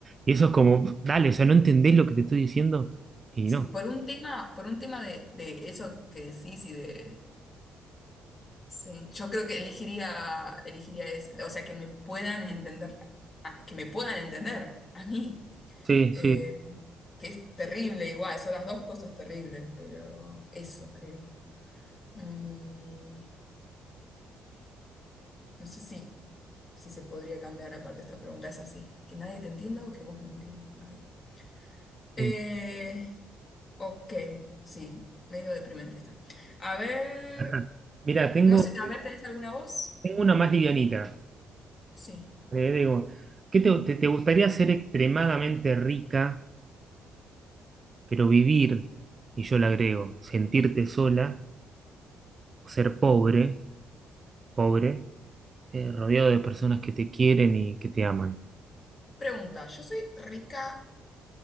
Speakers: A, on the right; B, on the left.
A: Y eso es como, dale, o sea, no entendés lo que te estoy diciendo y
B: sí,
A: no.
B: por un tema, por un tema de, de eso que decís y de Sí, yo creo que elegiría, elegiría es, o sea, que me puedan entender, ah, que me puedan entender a mí,
A: Sí,
B: eh,
A: sí.
B: que es terrible igual, son las dos cosas terribles, pero eso creo. Mm, no sé si, si se podría cambiar aparte esta pregunta, es así, que nadie te entienda o que vos no entiendas a nadie. Eh,
A: Eh,
B: ok, sí, medio deprimente está. A ver,
A: ajá. Mira, tengo,
B: no sé, a ver, ¿tenés alguna voz?
A: tengo una más livianita.
B: Sí.
A: Eh, digo, ¿qué te, te- te gustaría ser extremadamente rica, pero vivir, y yo le agrego, sentirte sola, o ser pobre, pobre, eh, rodeado de personas que te quieren y que te aman?
B: Pregunta, yo soy rica